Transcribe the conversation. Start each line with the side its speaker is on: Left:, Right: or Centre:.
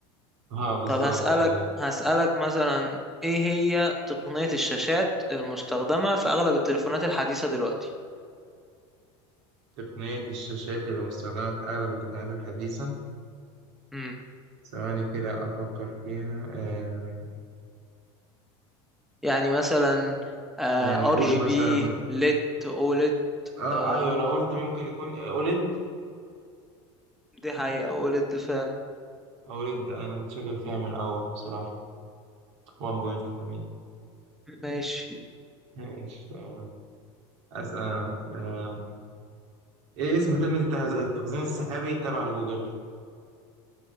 Right: <laughs> اه بالظبط
Centre: طب هسالك
Right: ايوه
Centre: هسالك مثلا ايه هي تقنيه الشاشات المستخدمه في اغلب التليفونات الحديثه دلوقتي
Right: تقنية الشاشات اللي مستخدمة في أغلب التقنيات الحديثة
Centre: امم
Right: ثواني كده أفكر فيها آه
Centre: يعني مثلا
Right: يعني
Centre: ار
Right: قول
Centre: جي
Right: مثلا
Centre: بي ليد اوليد
Right: اه
Centre: آه،
Right: ايوه انا قلت ممكن يكون اوليد
Centre: دي حقيقه اوليد فعلا
Right: أولد أنا كنت شاكك فيها من الأول بصراحة 1 point for me
Centre: ماشي
Right: ماشي تمام. أسأل أنا آه، إيه اسم خدمة التح- التخزين السحابي تبع لجوجل؟